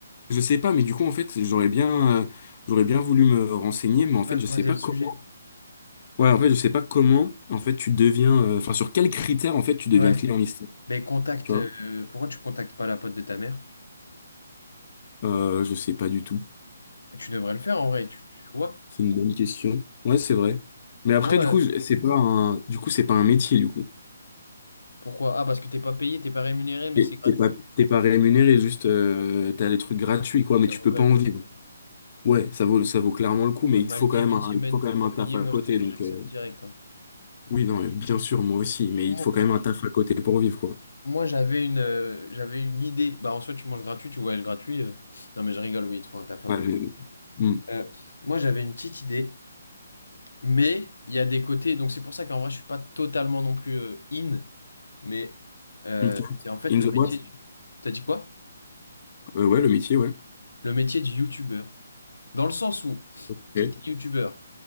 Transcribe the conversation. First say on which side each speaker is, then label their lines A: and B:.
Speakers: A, on the left (about 45°); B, on the left (about 80°).
A: je sais pas, mais du coup, en fait, j'aurais bien, euh, j'aurais bien voulu me renseigner, mais en fait,
B: ah, creuser
A: je sais pas
B: le
A: comment.
B: sujet
A: Ouais, en fait, je sais pas comment, en fait, tu deviens. euh, Enfin, sur quels critères, en fait, tu deviens
B: ouais
A: client mystère.
B: mais contacte
A: Tu vois?
B: euh, pourquoi tu contactes pas la pote de ta mère
A: Euh, je sais pas du tout.
B: Bah, tu devrais le faire en vrai tu, tu vois
A: C'est une bonne question. Ouais, c'est vrai. Mais
B: moi
A: après, du coup, je- c'est pas un, du coup, c'est pas un métier, du coup.
B: Pourquoi? Ah, parce que t'es pas payé, t'es pas rémunéré, mais
A: T'es
B: c'est gratuit.
A: t'es pas, t'es pas rémunéré, juste euh, t'as les trucs gratuits, quoi, mais
B: Ça
A: tu
B: vaut
A: peux
B: quand
A: pas
B: même
A: en
B: le
A: vivre.
B: coup.
A: Ouais, ça vaut, ça vaut clairement le coup, mais
B: À Maldives,
A: il te faut quand même
B: une
A: un,
B: semaine,
A: il te faut quand
B: tout frais
A: même un taf
B: payé,
A: à
B: moi,
A: côté.
B: je te-
A: Donc,
B: j'accepte
A: euh,
B: direct. hein.
A: oui, non, mais bien sûr, moi aussi, mais
B: Moi,
A: il te faut quand même un taf à côté pour vivre, quoi.
B: moi, j'avais une, euh, j'avais une idée. Bah, en soi, tu manges gratuit, tu voyages gratuit. euh. Non, mais je rigole, oui, il te faut un taf à
A: Ouais,
B: côté.
A: mais- hmm,
B: Euh, moi, j'avais une petite idée, mais il y a des côtés. Donc, c'est pour ça qu'en vrai, je suis pas totalement non plus euh, in. Mais euh,
A: ok.
B: c'est en fait
A: In
B: le
A: the
B: métier.
A: boîte?
B: du- T'as dit quoi?
A: Euh, ouais, le métier, ouais.
B: Le métier du youtubeur. Dans le sens où,
A: Ok.
B: si tu es youtubeur,